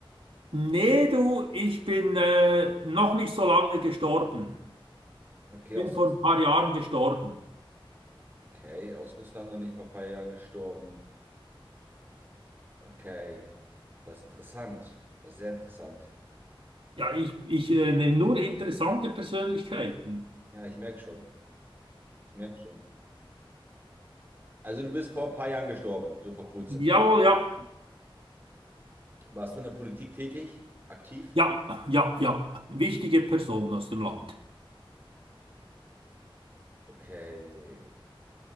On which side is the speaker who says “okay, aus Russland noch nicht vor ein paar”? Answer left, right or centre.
Right